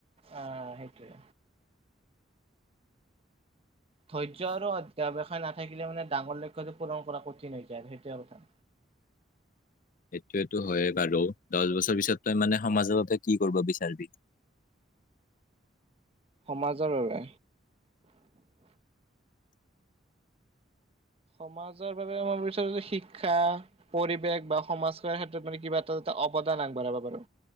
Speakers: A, on the right (about 30°); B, on the left (about 45°).
A: অ, সেইটোৱেই। ধৈৰ্য আৰু অধ্যৱসায় নাথাকিলে মানে ডাঙৰ লক্ষ্যটো পূৰণ কৰা কঠিন হৈ যায় আৰু সেইটোৱে কথা।
B: এইটো টো হয়য়ে বাৰু, দহ বছৰ পিছত তই মানে সমাজৰ বাবে কি কৰিব বিচাৰবি? <inaudible>
A: সমাজৰ বাবে সমাজৰ বাবে মই বিচাৰো যে শিক্ষা, পৰিৱেশ বা সমাজ ক্ষেত্ৰত মানে কিবা এটা এটা অৱদান আগবঢ়াব পাৰো।